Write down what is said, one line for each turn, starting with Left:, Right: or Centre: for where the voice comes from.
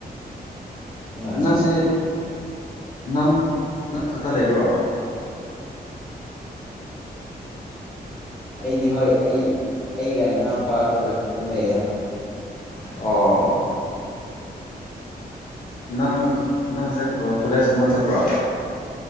Centre: ꯅꯨꯡꯉꯥꯏꯅꯦ
Left: ꯅꯪꯁꯦ ꯅꯪ ꯅꯪ ꯈꯛꯇ ꯂꯩꯕ꯭ꯔꯣ
Centre: ꯑꯩꯗꯤ ꯍꯣꯏ ꯑꯩ ꯑꯩꯒ ꯏꯅꯥꯎꯅꯤꯄꯥ ꯑꯩꯈꯣꯏꯒ ꯑꯗꯨꯝ ꯂꯩꯌꯦꯗ
Left: ꯑꯣ ꯅꯪ ꯅꯪꯁꯦ ꯀꯣꯂꯦꯖꯀꯨꯝꯕ ꯆꯠꯄ꯭ꯔꯣ